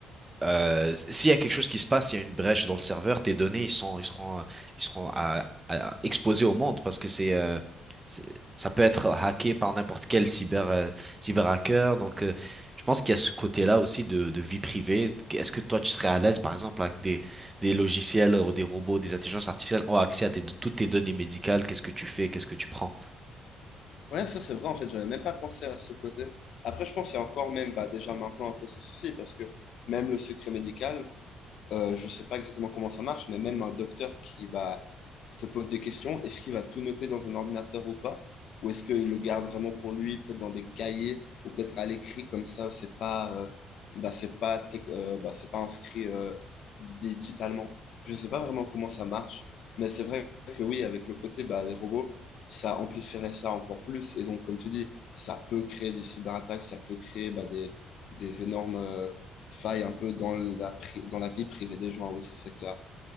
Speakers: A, on the right; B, on the left.
A: euh, s'il y a quelque chose qui se passe, il y a une brèche dans le serveur, tes données, ils sont, ils seront, ils seront à, à- exposés au monde parce que c'est, euh, c'est- ça peut être hacké par n'importe quel cyber, euh, cyberhacker. Donc, euh, je pense qu'il y a ce côté-là aussi de, de vie privée. Est-ce que toi, tu serais à l'aise, par exemple, avec des, des logiciels ou des robots, des intelligences artificielles ont accès à tes, toutes tes données médicales? Qu'est-ce que tu fais? Qu'est-ce que tu prends?
B: Ouais, ça c'est vrai, en fait, j'avais même pas pensé à ce côté. Après, je pense qu'il y a encore même, bah, déjà maintenant un peu ce souci, parce que même le secret médical, euh, je sais pas exactement comment ça marche, mais même un docteur qui, bah, te pose des questions. Est-ce qu'il va tout noter dans un ordinateur ou pas? Ou est-ce qu'il le garde vraiment pour lui, peut-être dans des cahiers ou peut-être à l'écrit, comme ça, c'est pas, euh, bah, c'est pas, tec- euh, bah, c'est pas inscrit euh, digitalement. Je sais pas vraiment comment ça marche, mais c'est vrai que oui, avec le côté, bah, les robots, ça amplifierait ça encore plus. Et donc, comme tu dis, ça peut créer des cyberattaques, ça peut créer bah, des, des énormes euh, failles un peu dans la, pri- dans la vie privée des gens, oui, ça c'est clair.